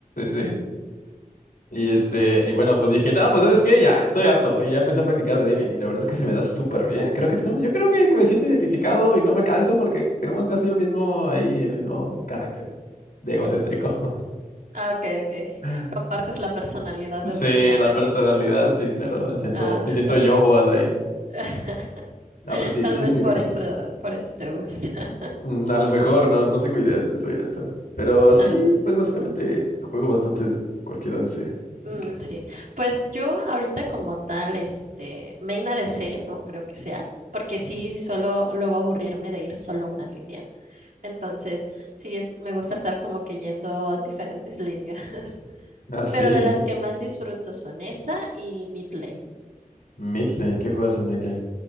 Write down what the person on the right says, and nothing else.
Mm,
ah, ok, ok.
Compartes la personalidad
del personaje.
Ah,
<laughs>
Tal
vez
por
eso, por eso te gusta. <laughs>
No,
pues sí.
Mm,
sí, pues yo ahorita como tal, este, main A D C no creo que sea, porque sí suelo luego aburrirme de ir solo una línea. Entonces, sí es, me gusta estar como que yendo en diferentes líneas. <laughs>
Pero de las que más disfruto son esa y mid lane.